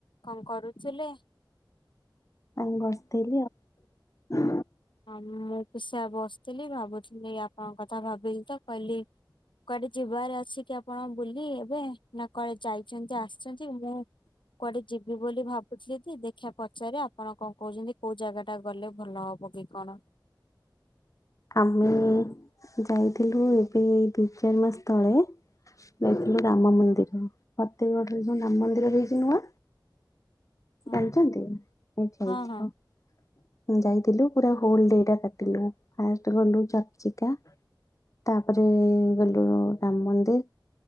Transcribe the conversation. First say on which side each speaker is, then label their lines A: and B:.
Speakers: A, on the left; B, on the left.
A: କଣ କରୁଥିଲେ?
B: ଆଇଁ ବଷିଥିଲି ଆଉ।
A: ହଁ ମୁଁ ପି ସେୟା ବସିଥିଲି ଭାବୁଥିଲି ଆପଣଙ୍କ କଥା ଭାବିଲି ତ କହିଲି କୁଆଡେ ଯିବାରେ ଅଛି କି ଆପଣ ବୁଲି ଏବେ ନା କୁଆଡେ ଯାଇଚନ୍ତି ଆସିଚନ୍ତି ମୁଁ କୁଆଡେ ଯିବି ବୋଲି ଭାବୁଥିଲି ଦେଖିବା ପଚାରି ଆପଣ କଣ କହୁଚନ୍ତି କୋଉ ଜାଗା ଟା ଗଲେ ଭଲ ହବ ହବ କି କଣ।
B: ଆମେ ଯାଇଥିଲୁ ଏବେ ଦି ଚାରି ମାସ ତଳେ ଯାଇଥିଲୁ ରାମ ମନ୍ଦିର ଫତେହଗଡରେ ଯୋଉ ରାମ ମନ୍ଦିର ହେଇଚି ନୂଆ।
A: ହଁ
B: ଜାଣିଚନ୍ତି ଏଠି ଯାଇଥିଲୁ
A: ହଁ ହଁ
B: ଯାଇଥିଲୁ ପୁରା ହୋଲ ଡେ ଟା କାଟିଲୁ। ଫାଷ୍ଟ ଗଲୁ ଚର୍ଚ୍ଚିକା ତାପରେ ଗଲୁ ରାମ ମନ୍ଦିର